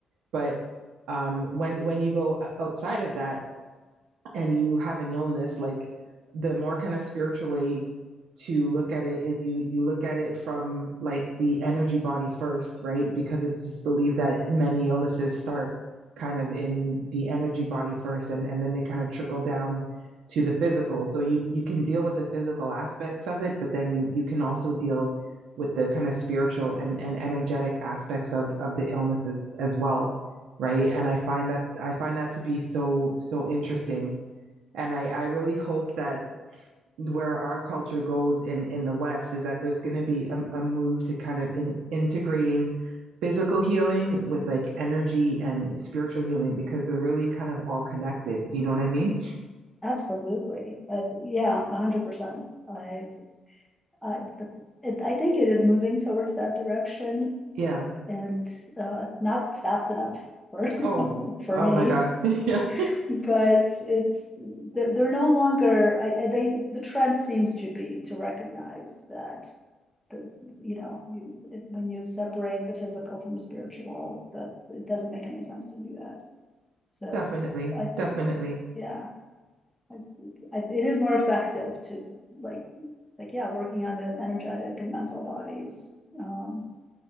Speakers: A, on the right (about 80°); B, in the centre.
A: But um, when when you go outside of that, and you have an illness, like the more kind of spiritual way to look at it is you you look at it from like the energy body first, right? Because it's just believed that many illnesses start kind of in the energy body first and, and then they kind of trickle down to the physical. So you you can deal with the physical aspects of it, but then you you can also deal with the kind of spiritual and, and energetic aspects of, of the illnesses as well. Right. And I find that I find that to be so so interesting and I, I really hope that where our culture goes in in the West is that there's going to be a, a move to kind of in, integrating physical healing with like energy and spiritual healing because they're really kind of all connected. You know what I mean?
B: <laughs> Absolutely. Uh, yeah, 100%. I, I, it, I think it is moving towards that direction.
A: Yeah.
B: and uh, not fast enough for
A: Oh,
B: <laughs> for
A: oh
B: me.
A: my God. <laughs> yeah,
B: But it's they're, no longer. I, they the trend seems to be to recognize that the you know you, when you separate the physical from the spiritual, that it doesn't make any sense to do that. So
A: definitely,
B: I
A: definitely, one
B: yeah, I, I, it is more effective to like like yeah, working on the energetic and mental bodies. Um,